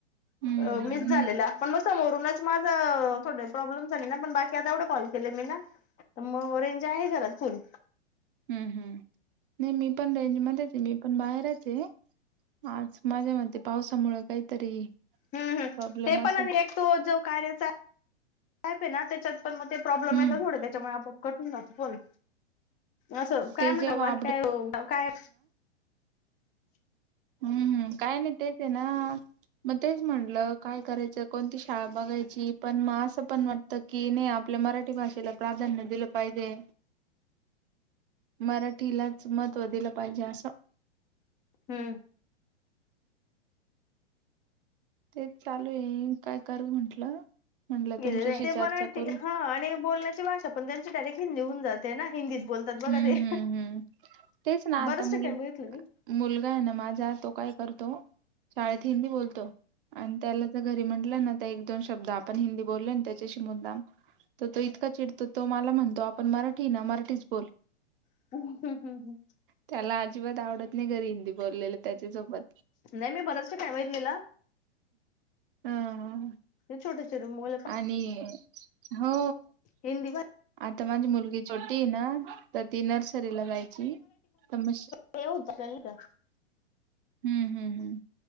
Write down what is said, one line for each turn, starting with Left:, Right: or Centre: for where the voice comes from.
Right: हम्म
Left: अ मिस
Right: हम्म
Left: झालेला पण मग समोरूनच, माझं थोडं प्रॉब्लेम झाली ना, पण बाकी आता एवढे कॉल केले मी ना, तर मग रेंज आहे घरात फुल.
Right: हम् हम् नाही मी पण रेंजमध्येध्येच आहे मी पण बाहेरच आहे आज माझ्या म पावसामुळे काहीतरी
Left: हम् हम
Right: प्रॉब्लेम
Left: ते
Right: असेल
Left: पण एक तो जो कार्यचा आहे ना त्याच्यात पण मग ते प्रॉब्लेम
Right: हम्म
Left: येत थोडे त्याच्यामुळे आपण कटून जातो फोण असं काय
Right: ते
Left: म्हणण
Right: जेव्हा
Left: बाकीय काय?
Right: हम्म हम्म काय नाही तेच आहे ना. मग तेच म्हणलं काय करायचं कोणती शाळा बघायची पण मग असं पण वाटतं की आपल्या मराठी भाषेला प्राधान्य दिलं पाहिजे. मराठीलाच मत्व दिलं पाहिजे असं.
Left: हम्म.
Right: ते चालू आहे काय करू म्हंटलं. म्हटलं
Left: गेले
Right: तुमच्याशी
Left: ते
Right: चर्चा
Left: मराठी
Right: करू
Left: हा आणि बोलण्याची भाषा पण त्यांची डायरेक्ट हिंदी होऊन जाते ना हिंदीत बोलते बघा
Right: हम्म
Left: ते
Right: हम्म हम्म तेच ना
Left: बरच
Right: आता
Left: ठिकाणी
Right: मुल
Left: बघितलं मी.
Right: मुलगा आहे ना माझा तो काय करतो शाळेत हिंदी बोलतो आणि त्याला तर घरी म्हंटलं ना त्या एक दोन शब्द आपण हिंदी बोललो त्याच्याशी मुद्दाम तर तो इतका चिडतो तो मला म्हणतो आपण मराठी ना मराठीच बोल.
Left: <unintelligible>
Right: त्याला अजिबात आवडत नाही घरी हिंदी बोललेलं त्याच्यासोबत
Left: नाही मी बरंच <inaudible> काय तलेलं
Right: हा.
Left: ते <inaudible> छोट मु
Right: आणि हो.
Left: हिंदी म
Right: आता माझी मुलगी छोटी आहे ना तर ती नर्सरीला जायची तर मग?
Left: ते होतं आपल्या ला.
Right: हम्म हम्म